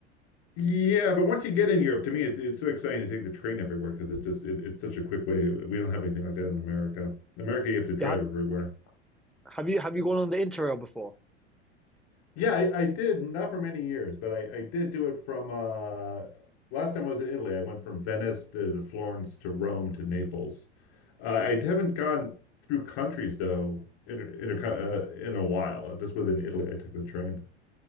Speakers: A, on the left (about 60°); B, in the centre.
A: Yeah, but once you get in Europe, to me, it's it's so exciting to take the train everywhere because it just it, it's such a quick way. We don't have anything like that in America. In America, you have to drive
B: Yeah, have
A: everywhere.
B: have you have you gone on the Interrail before?
A: Yeah, I, I did not for many years, but I, I did do it from uh last time I was in Italy. I went from Venice to, to Florence to Rome to Naples. Uh, I haven't gone through countries though in in a, co- uh, in a while. Just within Italy, I took the train.